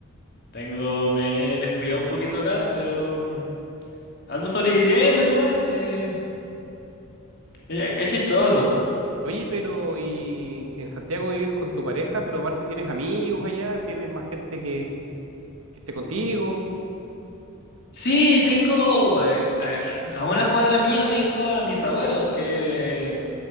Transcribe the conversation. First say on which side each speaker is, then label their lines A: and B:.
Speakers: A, on the left; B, on the right.
A: tengo, me he descuidado un poquito acá, pero mm, ando sobreviviendo igual. eh, es, es chistoso.
B: Oye, pero y en Santiago vives con tu pareja, pero aparte tienes amigos allá, tienes más gente que, que esté contigo.
A: Sí, tengo, eh, a ver, a una cuadra mío tengo a mis abuelos que... eh,